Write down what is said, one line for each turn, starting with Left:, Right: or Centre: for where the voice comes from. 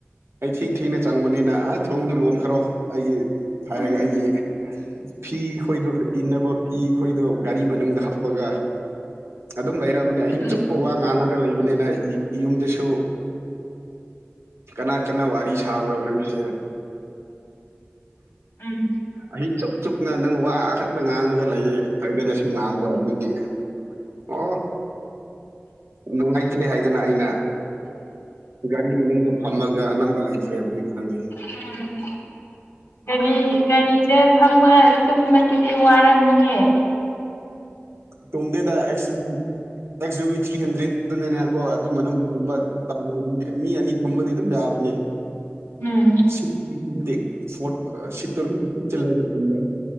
Right: ꯑꯩ ꯊꯤꯡ ꯊꯦꯡꯅ ꯆꯪꯕꯅꯤꯅ ꯑ ꯊꯣꯡꯗꯨ ꯂꯣꯟꯈ꯭ꯔꯣ ꯑꯩꯒꯤ ꯍꯥꯏꯔꯒ
Left: ꯎꯝ
Right: ꯑꯩꯒꯤ ꯐꯤ ꯈꯣꯏꯗꯣ ꯏꯟꯅꯕ ꯐꯤ ꯑꯩꯈꯣꯏꯗꯣ ꯒꯥꯔꯤ ꯃꯅꯨꯡꯗ ꯍꯥꯞꯄꯒ ꯑꯗꯨꯝ ꯂꯩꯔꯕꯅꯦ ꯑꯍꯤꯡ
Left: ꯎꯝ
Right: ꯆꯨꯞꯄ ꯋꯥ ꯉꯥꯡꯉꯒ ꯂꯩꯕꯅꯤꯅ ꯌꯨꯝꯗꯁꯨ ꯀꯅꯥ ꯀꯅꯥ ꯋꯥꯔꯤ ꯁꯥꯕ꯭ꯔ ꯅꯪꯒꯤꯁꯦ
Left: ꯎꯝ
Right: ꯑꯍꯤꯡ ꯆꯨꯞ ꯆꯨꯞꯅ ꯅꯪ ꯋꯥꯈꯛꯇ ꯉꯥꯡꯉꯒ ꯂꯩꯌꯦ ꯍꯥꯏꯗꯅꯁꯨ ꯉꯥꯡꯕ ꯑꯗꯨꯒꯤ ꯑꯣ ꯅꯨꯡꯉꯥꯏꯇ꯭ꯡꯔꯦ ꯍꯥꯏꯗꯅ ꯑꯩꯅ ꯒꯥꯔꯤ ꯃꯅꯤꯡꯗ ꯐꯝꯃꯒ ꯑꯅꯝꯕ ꯂꯩꯈ꯭ꯔꯦꯕ <unintelligible>
Left: ꯍꯝ ꯒꯥꯔꯤ ꯒꯥꯔꯤꯖꯦ ꯐꯝꯃꯒ ꯇꯨꯝꯕꯁꯤꯗꯤ ꯋꯥꯔꯝꯅꯤꯍꯦ
Right: ꯇꯨꯝꯗꯦꯗ ꯑꯩꯁꯨ ꯅꯪꯁꯨ ꯊ꯭ꯔꯤ ꯍꯟꯗ꯭ꯔꯦꯠ ꯑꯗꯨꯅꯅꯦꯀꯣ ꯑꯗꯨ ꯃꯅꯨꯡꯗꯨꯝꯕ ꯃꯤ ꯑꯅꯤ ꯄꯨꯝꯕꯗꯤ ꯑꯗꯨꯝ ꯌꯥꯕꯅꯦ
Left: ꯎꯝ
Right: ꯁꯤꯠꯀꯤ ꯃꯇꯤꯛ ꯐꯣꯔꯠ ꯁꯤꯠꯇꯣ ꯂꯣꯏ ꯀꯨꯞꯆꯜꯂꯒ ꯇꯨꯝꯕ